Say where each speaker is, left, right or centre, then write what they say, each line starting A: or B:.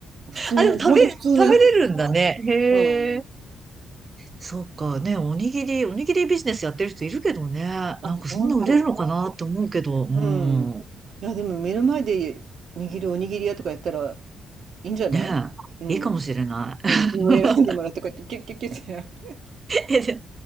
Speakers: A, on the right; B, on the right.
A: 普通の、
B: あ、でも食べ、
A: ほんと普通のやつ。
B: 食べれるんだね。へえ。
A: うんうん。
B: そうかね、おにぎり、おにぎりビジネスやってる人いるけどね。
A: あ、
B: なんかそんな売れるのかなって思うけど、
A: ほんと。
B: うん。
A: うん。いや、でも目の前で握るおにぎり屋とかやったらいいんじゃないうん。
B: ねえ、いいかもしれない。
A: うん。
B: <laughs>
A: これを選んでもらってこうやってキュッキュッキュッって。
B: えでも